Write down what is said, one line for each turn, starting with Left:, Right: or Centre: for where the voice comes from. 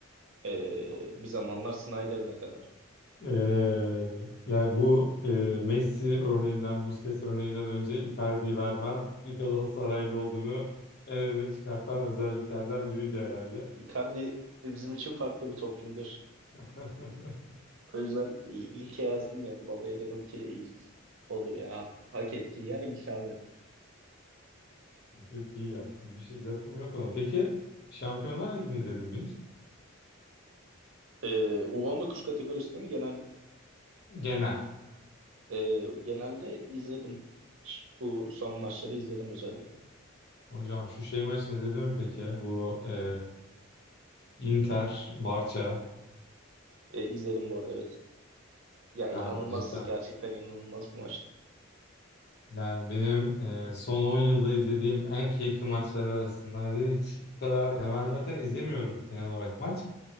Right: Ee, bir zamanlar Snyder'ına kadar.
Left: Ee, yani bu e, Messi örneğinden, Busquets örneğinden önce Icardi'yi vermen bir Galatasaraylı olduğunu en öne çıkartan özelliklerden biriydi herhalde.
Right: Icardi bizim için farklı bir topçu biliyorsun.
Left: <laughs>
Right: O yüzden i- ilke yazdım yani babaya dedim ki ilk odur ya. Hak ettiği yer ilk abi.
Left: Çok iyi yaptın. Bir şey lafım yok ona. Peki Şampiyonlar Ligi'ni izledin mi hiç?
Right: Ee, U19 kategorisinde mi genel mi?
Left: Genel.
Right: Ee, genelde izledim. Ş- Bu son maçları izledim özellikle.
Left: Hocam şu şey maçını izledin mi peki? ya? Bu e, Inter, Barça.
Right: Ee, izledim bu arada evet. Ya inanılmaz
Left: Ya cidden.
Right: gerçekten inanılmaz bir maçtı.
Left: Yani benim e, son 10 yılda izlediğim en keyifli maçlar arasındaydı. Hiç bu kadar ya ben zaten izlemiyorum genel olarak maç.